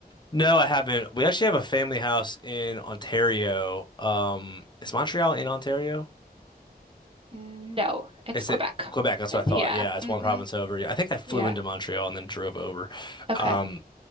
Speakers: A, on the left; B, on the right.
A: No, I haven't. We actually have a family house in Ontario. Um, is Montreal in Ontario?
B: No, it's
A: It's
B: Quebec.
A: it Quebec, that's what
B: Uh,
A: I
B: Yeah.
A: thought. Yeah, it's
B: hmm
A: one province over. Yeah, I think I flew
B: Yeah.
A: into Montreal and then drove over.
B: Okay.
A: Um,